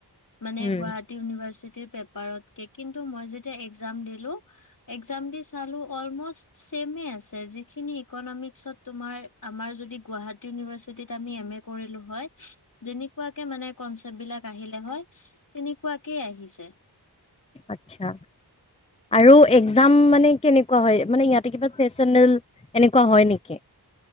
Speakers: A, on the left; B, on the left.
A: মানে
B: উম।
A: গুৱাহাটী ইউনিভাৰ্চি ইউনিভাৰ্চিটি পেপাৰতকে। মই যেতিয়া একজাম দিলোঁ। একজাম দি চালোঁ অলমষ্ট চেমে আছে। যিখিনি ইকনমিক্সত তোমাৰ, আমাৰ, যদি গুৱাহাটী ইউনিভাৰ্চিটিত আমি এম এ কৰিলোঁ হয়, যেনেকুৱাকে মানে কনচেপ্ট বিলাক আহিলে‌ হয়, সেনেকুৱাকে আহি ছে।
B: আচ্ছা আৰু একজাম মানে, কেনে কেনেকুৱা হয়? মানে, ইয়াতে কিবা চেচনেল এনেকুৱা হয় নেকি?